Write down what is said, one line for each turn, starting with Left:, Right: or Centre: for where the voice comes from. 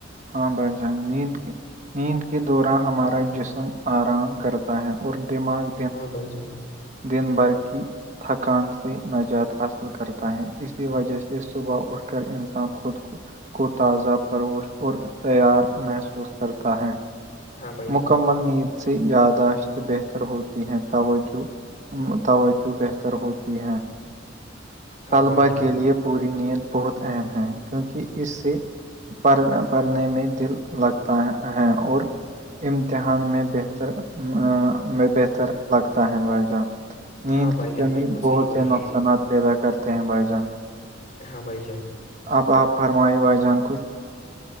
Right: ہاں بھائی جان نیند کے نیند کے دوران ہمارا جسم آرام کرتا ہے اور دماغ
Left: ہاں بھائی جان
Right: دن بھرقی تھکان سے نجات حاصل کرتا ہے اسی وجہ سے صبح اٹھ کر انسان خود کو کو تازہ فروش اور تیار محسوس کرتا ہے
Left: ہاں بھائی جان
Right: مکمل نیند سے یاداشت بہتر ہوتی ہیں توجہ توجہ بہتر ہو ہیں
Left: ہاں
Right: طلبا
Left: بھائی جان
Right: کے لیئے پوری نیند بہت اہم ہیں کیونکہ اس سے پڑ پڑھنے میں دل لگتا ہے اور امتحان میں بہتر میں بہتر لگتا ہے واجان نیند
Left: ہاں بھائی
Right: کی
Left: جان
Right: کمی
Left: بالکل
Right: بہت
Left: صحیح بات
Right: سے
Left: کہی
Right: نقصانات پیدا کرتے ہیں بھائی جان
Left: احم بائی جان
Right: آپ آپ فرمائے بھائی جان کچھ